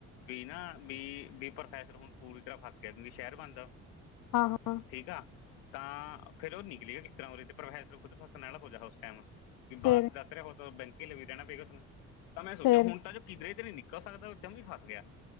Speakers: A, on the left (about 80°); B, on the left (about 65°).
A: ਵੀ ਨਾ ਵੀ ਪ੍ਰੋਫੈਸਰ ਹੁਣ ਪੂਰੀ ਤਰ੍ਹਾਂ ਫਸ ਗਿਆ, ਜਿਵੇਂ ਸ਼ਹਿਰ ਬਣਦਾ
B: ਹਾਂ-ਹਾਂ।
A: ਠੀਕ ਆ, ਤਾਂ ਫੇਰ ਉਹ ਨਿਕਲੀਗਾ ਕਿਸ ਤਰ੍ਹਾਂ ਉਦੇ ਤੇ, ਪ੍ਰੋਫੈਸਰ ਖੁਦ ਫਸਣ ਵਾਲਾ ਹੋ ਜਾ ਉਸ ਟੈਮ। ਵੀ
B: ਫੇਰ
A: ਬਾਹਰ ਦੱਸ ਰਿਹਾ ਹੋ, ਤਾਂ ਬੈਂਕ ਕੇ ਲਵੀ ਰਹਿਣਾ ਪਏਗਾ ਉਸਨੂੰ, ਤਾਂ ਮੈਂ ਸੋਚਿਆ
B: ਫੇਰ
A: ਹੁਣ ਤਾਂ ਜੋ ਕਿਧਰੇ ਤੇ ਨੀ ਨਿਕਲ ਕਹਿ ਸਕਦਾ, ਉਹ ਜੰਮੀ ਫਸ ਗਿਆ।